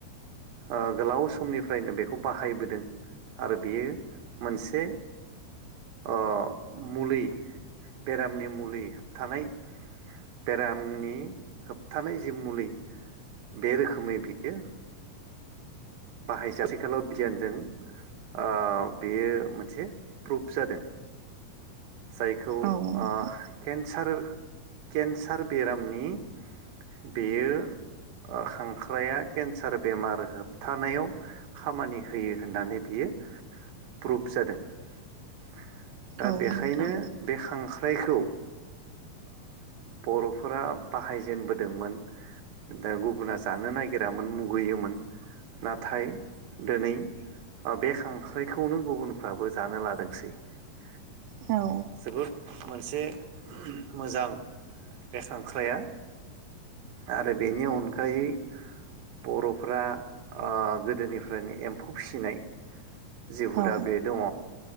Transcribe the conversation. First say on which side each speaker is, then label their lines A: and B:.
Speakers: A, on the right; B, on the right.
A: ओ गोलाव समनिफ्रायनो बेखौ बाहायबोदों आरो बेयो मोनसे ओे मुलि बेरामनि मुलि होबथानाय बेरामनि होबथानाय जि मुलि बे रोखोमै बियो बाहाय जाबाय <unintelligible> गियानजों ओ बेयो मोनसे प्रुभ जादों। जायखौ
B: औ नोंथां
A: ओ केन्सार केन्सार बेरामनि बेयो ओ खांख्राया केन्सार बेमार होब होबथानायाव खामानि होयो होननानै बियो प्रुभ जादों। <inaudible> दा
B: औ
A: बेखायनो
B: नोंथां
A: बे खांख्राय खांख्राइखौ ओ बर'फोरा बाहायजेनबोदोंमोन दा गुबुना जानो नागिरामोन मुगैयोमोन नाथाय दिनै बे खांख्राइखौनो गुबुनफ्राबो जानो लादों <unintelligible>
B: औ
A: जोबोद मोनसे मोजां बेखांख्राया आरो बेनि अनगायै बर'फ्रा गोदोनिफ्रायनो एम्फौ फिसिनाय जि हुदा
B: औ
A: बे दङ